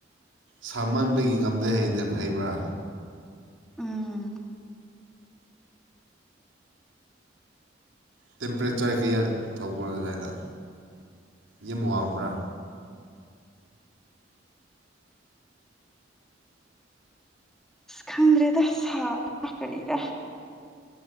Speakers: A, on the right; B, in the centre.
A: ꯁꯥꯃꯟꯕꯒꯤ ꯉꯝꯗꯦ ꯍꯩꯗꯦ ꯐꯩꯕ꯭ꯔꯥ
B: ꯎꯝ
A: ꯇꯦꯝꯄꯔꯦꯆꯔ ꯀꯌꯥ ꯊꯧꯕ꯭ꯔꯥ ꯑꯗꯨꯏꯗ ꯌꯝ ꯋꯥꯡꯕ꯭ꯔꯥ꯫
B: ꯈꯪꯗ꯭ꯔꯦꯗ ꯁꯥꯕ ꯀꯔꯤꯔ